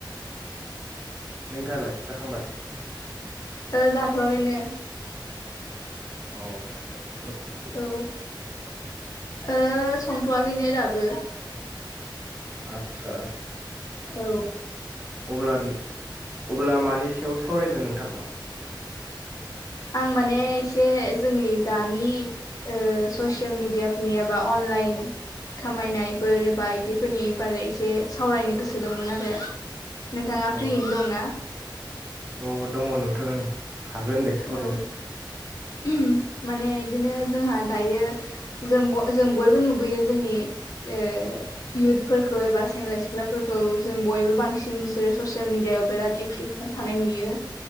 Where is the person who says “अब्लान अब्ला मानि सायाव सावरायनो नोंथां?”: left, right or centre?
Right